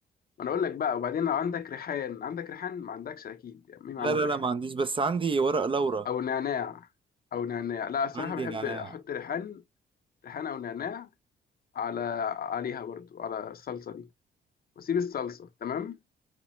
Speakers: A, on the left; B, on the right.
A: انا اقول لك بقى وبعدين لو عندك ريحان عندك ريحان ما عندكش اكيد يعني مين عنده
B: لا لا
A: ريحان
B: لا ما عنديش
A: يعني.
B: بس عندي ورق لورا
A: او نعناع او نعناع لا الصراحه
B: عندي
A: بحب
B: نعناع
A: احط ريحان ريحان او نعناع على عليها برضو على الصلصه دي واسيب الصلصه تمام